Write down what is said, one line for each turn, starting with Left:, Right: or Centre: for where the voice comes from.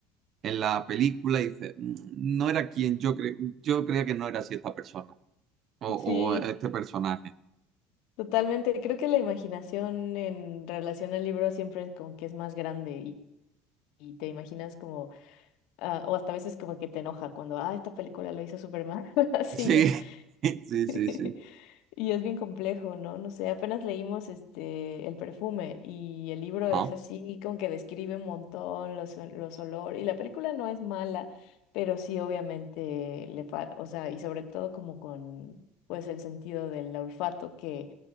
Right: en la película y dices, "Mm, no era quien yo cre yo creía que no era así esta persona o,
Left: Sí,
Right: o este personaje.
Left: totalmente. Creo que la imaginación en relación al libro siempre es como que es más grande y, y te imaginas como, ah, o hasta a veces como que te enoja cuando, ah, esta película lo hizo Superman, <laughs> así,
Right: Sí,
Left: ¿no?
Right: <laughs> sí,
Left: <laughs>
Right: sí, sí.
Left: Y es bien complejo, ¿no? No sé, apenas leímos este El perfume y el libro
Right: Ah,
Left: es así como que describe un montón los, ol- los olores y la película no es mala, pero sí obviamente le falta, o sea, y sobre todo como con pues el sentido del olfato que